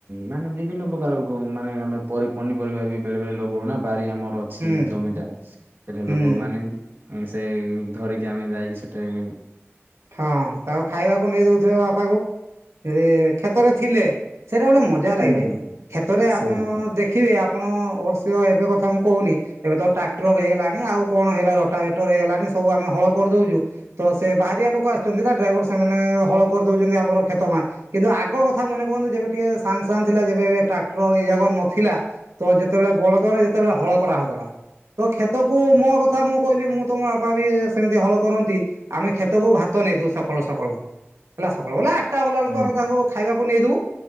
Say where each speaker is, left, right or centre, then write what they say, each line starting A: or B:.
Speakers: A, on the right; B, on the right.
A: ମାନେ ବିଭିନ୍ନ ପ୍ରକାର ମାନେ ଆମେ ପନିପରିବା ବି ବେଳେ ବେଳେ ଲଗ ହଉ ନା ବାରି ଆମର ଅ ଅଛି
B: ହୁଁ
A: ଜମିଟା
B: ହୁଁ
A: ଲୋକ ମାନେ ସେ ଧରିକି ଆମେ ଯାଇକି ସେଠିକି
B: ହଁ ତାକୁ ଖାଇବାକୁ ନେଇ ଦଉଥିବ ବାପାକୁ ଯଦି କ୍ଷେତରେ ଥିଲେ ସେଟା ଗୋଟ ମ ମଜା ଲାଗେ
A: ହୁଁ
B: ଭାଇ
A: ହୁଁ
B: କ୍ଷେତରେ ଆପଣ
A: ସେଇଆ ତ
B: ଦେଖିବେ ଆପଣ ଅବଶ୍ୟ ଏବେ କଥା ମୁଁ କହୁନି ଏବେ ତ ଟ୍ରାକ୍ଟର ହେଇଗଲାଣି ଆଉ କଣ ହେଇଲା ର ଟାେଟର ହେଇଗଲାଣି ସବୁ ଆମେ ହଳ କରିଦଉଛୁ ତ ସେ ବାହାରିଆ ଲୋକ ଆସିଛନ୍ତି ନା ଡ୍ରାଇଭର ସେମାନେ ହଳ କରିଦଉଛନ୍ତି ଆମର କ୍ଷେତ ମ କିନ୍ତୁ ଆଗ କଥା ମନେ ପକାନ୍ତୁ ଯେବେ ଟିକେ ସାନ ସାନ୍ ଥିଲା ଯେବେ ଏବେ ଟ୍ରାକ୍ଟର ଏଇ ଜାଗା ନଥିଲା ତ ଯେତେବେଳେ ବଳଦ ରେ ଯେତେବେଳେ ହଳ କରା ହଉଥିଲା ତ କ୍ଷେତକୁ ମୋ କଥା ମୁଁ କହିଲି ମୁଁ ତମ ବାପା ବି ସେମିତି ହଳ କରନ୍ତି ଆମେ କ୍ଷତକୁ ଭାତ ନେଇଥିବୁ ସକାଳୁ ସକାଳୁ ହେଲା ସକାଳୁ ବଲା ଆଠଟା ବଲା ବେଳକୁ
A: ହୁଁ
B: ଆମେ ତାଙ୍କୁ ଖାଇବାକୁ ନେଇ ଦୋଉ